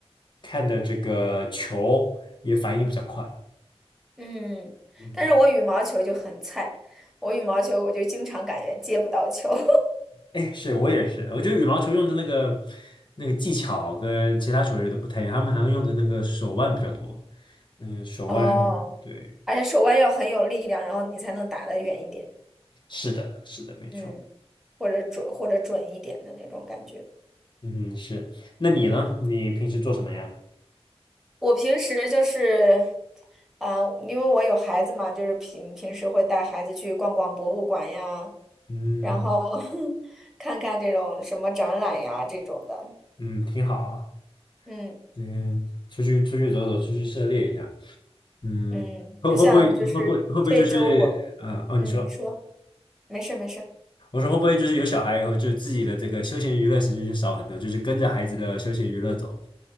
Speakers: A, on the left; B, in the centre.
A: 看的这个球也反应比较快。
B: 嗯，
A: 嗯，
B: 但是我羽毛球就很菜，我羽毛球我就经常感觉接不到球。<laughs>
A: 哎，是我也是，我觉得羽毛球用的那个那个技巧跟其他球类都不太一样，他们好像用的那个手腕比较多，嗯，手腕，
B: 哦，
A: 对，
B: 而且手腕要很有力量，然后你才能打得远一点，
A: 是的，是的，没错。
B: 嗯，或者准或者准一点的那种感觉。
A: 嗯哼，是。那你呢？你平时做什么呀？
B: 我平时就是，啊、因为我有孩子嘛，就是平平时会带孩子去逛逛博物馆呀，
A: 嗯
B: 然后 <laughs> 看看这种什么展览呀这种的，
A: 嗯，挺好啊。
B: 嗯
A: 嗯，出去出去走走，出去涉猎一下。嗯，
B: 嗯，
A: 会会不会会不会会不会就是啊、
B: 就像就是这周我，
A: 哦，
B: 嗯，
A: 你说，
B: 你说没事没事，
A: 我说会不会就是有小孩以后，就自己的这个休闲娱乐时间就少很多，就是跟着孩子的休闲娱乐走。